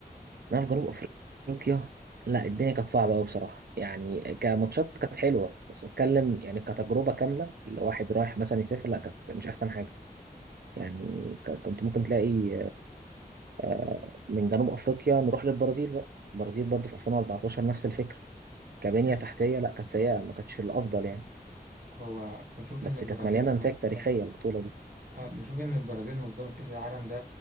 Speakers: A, on the right (about 75°); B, on the right (about 60°).
A: انما في جنوب افريقيا لا الدنيا كانت صعبه قوي بصراحه يعني كماتشات كانت حلوه بس اتكلم يعني كتجربه كامله الواحد رايح مثلا يسافر لا كانت مش احسن حاجه يعني ك- كنت ممكن تلاقي آه، من جنوب افريقيا نروح للبرازيل بقى البرازيل برضه في 2014 نفس الفكره كبنية
B: مم.
A: تحتية لا كانت سيئة ما كانتش الأفضل يعني
B: هو بشوف
A: بس
B: ان البرازيل
A: كانت مليانة نتائج تاريخية
B: آه،
A: البطولة دي
B: آه، بشوف ان البرازيل نظمت كأس العالم ده